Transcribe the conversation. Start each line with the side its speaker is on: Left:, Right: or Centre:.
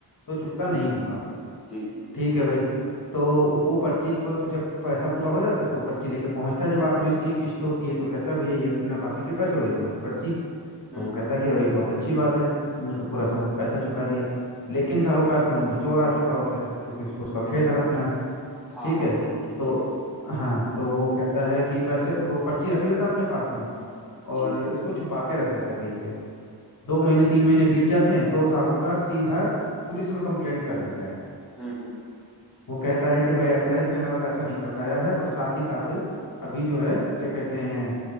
Left: तो चुकता नहीं होगा
Centre: जी जी जी
Left: ठीक है भाई तो वो पर्ची वो जब पैसा पूरा हो जाता है तो वो पर्ची लेके पहुंचता है जब आखिरी उसकी किस्त होती है तो कहता है भैया ये अपना बाकी के पैसे हो रही है तुम्हारी पर्ची
Centre: हम्म
Left: तो वो कहता
Centre: हम्म
Left: है कि "हाँ भाई बहुत अच्छी बात है तुमने तो पूरा समय पैसा चुका दिया लेकिन साहूकार के मन में चोर आ चुका होता है क्योंकि उसको उसका खेत हड़पना है
Centre: हाँ
Left: ठीक
Centre: हाँ
Left: है
Centre: जी जी
Left: तो
Centre: जी
Left: हाँ तो वो कहता है कि पैसे वो पर्ची रख लेता अपने पास में
Centre: जी
Left: और उसको छुपा के रख देता है कहीं पे दो महीने तीन महीने बीत जाते हैं तो साहूकार सीधा पुलिस में कंप्लेंट कर देता है
Centre: हम्म हम्म
Left: वो कहता है कि भाई ऐसा है इसने मेरा पैसा नहीं लौटाया है और साथ ही साथ अभी जो है क्या कहते हैं